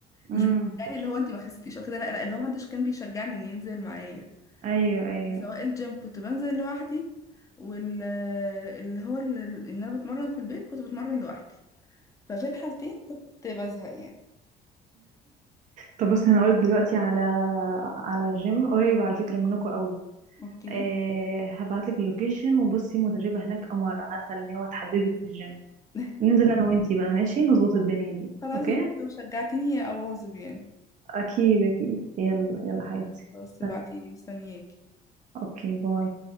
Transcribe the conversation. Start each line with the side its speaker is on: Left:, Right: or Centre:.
Right: امم
Left: مش بيشجعني
Right: في الجيم
Left: اللي هو انت ما خسيتيش او كده لا لا اللي هو محدش كان بيشجعني ان ينزل معايا
Right: ايوه ايوه
Left: سواء الجيم كنت بنزل لوحدي وال اللي هو ال- ان انا بتمرن في البيت كنت بتمرن لوحدي ففي الحالتين كنت بزهق يعني
Right: طب بصي انا هقولك دلوقتي على على جيم قريب على فكرة منكم قوي
Left: اوكي
Right: أه هبعتلك اللوكيشن وبصي مدربة هناك قمر عسل اللي هو هتحددك في الجيم
Left: <laughs>
Right: ننزل انا وانتي بقى ماشي نظبط الدنيا دي
Left: خلاص
Right: اوكي
Left: يمكن لو شجعتيني يا اواظب يعني
Right: اكيد اكيد يلا يلا حياتي
Left: خلاص ابعتيلي
Right: سلام
Left: مستنياكي
Right: اوكي باي